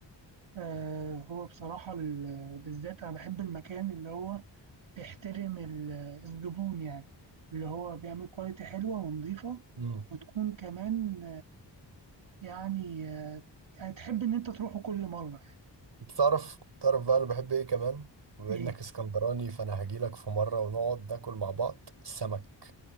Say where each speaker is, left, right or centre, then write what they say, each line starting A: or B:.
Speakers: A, on the right; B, on the right.
A: آه، هو بصراحة ال- بالذات أنا بحب المكان اللي هو بيحترم ال- الزبون يعني اللي هو بيعمل كواليتي حلوة ونظيفة
B: امم
A: وتكون كمان يعني آه، يعني تحب إن أنت تروحه كل مرة يعني
B: انت تعرف تعرف بقى انا بحب ايه كمان بما
A: إيه
B: انك اسكندراني فانا هجيلك في مره ونقعد ناكل مع بعض السمك